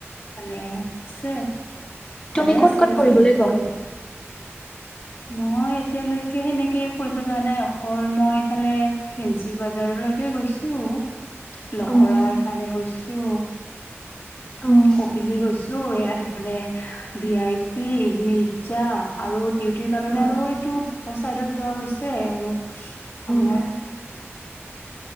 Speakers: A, on the left; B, on the left.
A: মানে আছে ভালে
B: তুমি ক'ত
A: আছে
B: ক'ত ফুৰিবলৈ
A: চাৰিওফালে
B: গ'ল?
A: মই। এতিয়ালৈকে সেনেকে ফুৰিব যোৱা নাই অকল মই ইফালে ফেঞ্চি বজাৰলৈকে গৈছো। লখৰা
B: অ',
A: ইফালে গৈছো
B: অ',
A: কপিলি গৈছো। আৰু এয়া ইফালে ভি আই পি, মিৰ্জা আৰু। কাৰণে
B: অ',
A: আৰু এইটো ব চাইডত যোৱা হৈছে আৰু
B: অ',
A: আমাৰ।